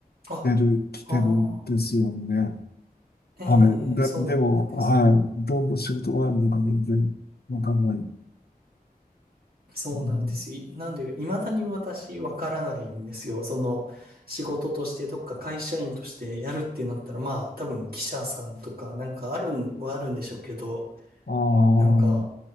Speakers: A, on the right; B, on the left.
A: あ、
B: てる、きてるんですよね。
A: ああ、え
B: はい。で、
A: え、そうです。
B: でも、はい。どんな仕事があるのか全然わかんない。う
A: そうなんですよ。
B: ん、
A: なんで、未だに私わからないんですよ。その、仕事としてどっか会社員としてやるってなったら、まあ、多分記者さんとか、なんかあるんはあるんでしょうけど、
B: ああ、
A: なんか、